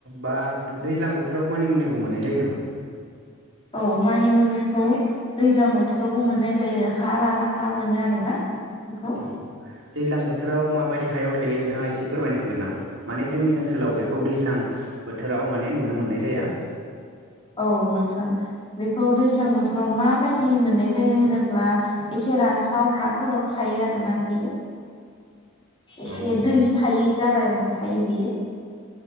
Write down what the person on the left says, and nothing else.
औ मानि मुनिखौ दैज्लां बोथोरावबो मोननाय जायो हा लाना हा मोनो आरोना बेखौ।
औ नोंथां बेखौ दैज्लां बोथोराव माबायदि मोननाय जायो होनोब्ला एसे रानस्राव हाफोराव थायो आरोना बियो।
एसे
दै थायै जागायाव थायो बियो।